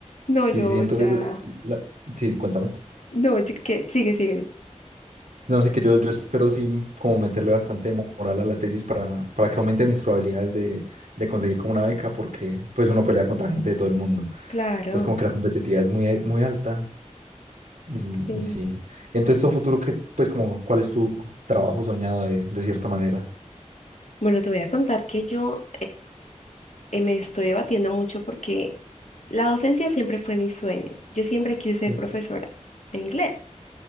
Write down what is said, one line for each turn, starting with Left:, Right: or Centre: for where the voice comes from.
Left: No,
Right: Sí,
Left: yo
Right: sí, entonces,
Left: ya.
Right: la- la- sí, cuéntame.
Left: No, yo- que sigue, sigue.
Right: No, sí que yo, yo espero sí como meterle bastante moral a la tesis para, para que aumente mis probabilidades de, de conseguir como una beca, porque pues uno pelea contra gente de todo el mundo.
Left: Claro.
Right: Entonces como que la competitividad es muy, muy alta y,
Left: sí.
Right: y sí. Y Entonces tu futuro, que pues como, ¿cuál es tu trabajo soñado de, de cierta manera?
Left: Bueno, te voy a contar que yo eh, me estoy debatiendo mucho porque la docencia siempre fue mi sueño. Yo siempre quise ser
Right: Sí.
Left: profesora de inglés,